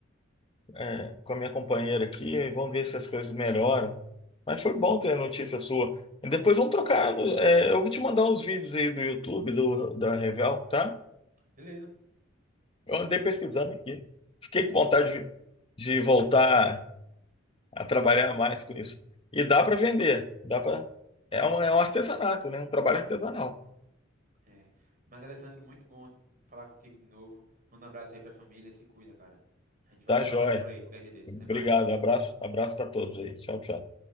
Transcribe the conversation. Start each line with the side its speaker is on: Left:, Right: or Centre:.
Left: é, com a minha companheira aqui e vamos ver se as coisas melhoram. Mas foi bom ter a notícia sua. E depois vamos trocar. no- é, eu vou te mandar uns vídeos aí do YouTube, do, da Revel, tá?
Right: Beleza.
Left: Eu andei pesquisando aqui. Fiquei com vontade de, de voltar a trabalhar mais com isso. E dá para vender, dá para. É um, é um artesanato, né? Um trabalho artesanal.
Right: É. Mas, Alessandro, muito bom falar contigo de novo. Manda um abraço aí pra família, se cuida, cara. A gente vai
Left: Tá,
Right: se
Left: joia.
Right: falando por aí, qualquer dia desse.
Left: Obrigado.
Right: Até mais.
Left: Abraço, abraço para todos aí. Tchau, tchau.